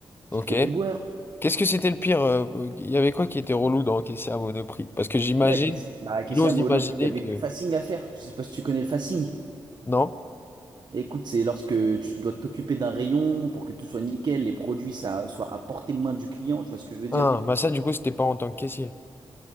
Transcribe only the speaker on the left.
Ok.
Qu'est-ce que c'était le pire? euh, Il y avait quoi qui était relou dans encaisser à Monoprix? Parce que j'imagine,
j'ose
imaginer
que.
Non?
Ah, bah ça, du coup, c'était pas en tant que caissier.